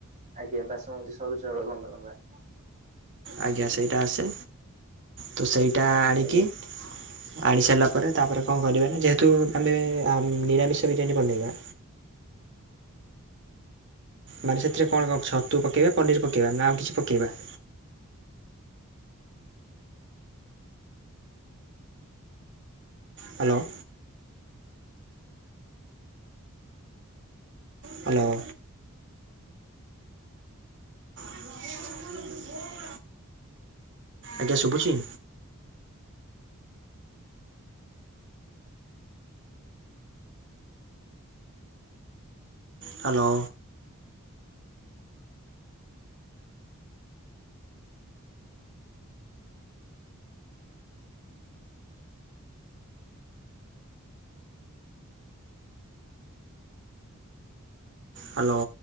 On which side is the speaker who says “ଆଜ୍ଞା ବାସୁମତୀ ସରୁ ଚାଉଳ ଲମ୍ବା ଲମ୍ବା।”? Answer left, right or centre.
Right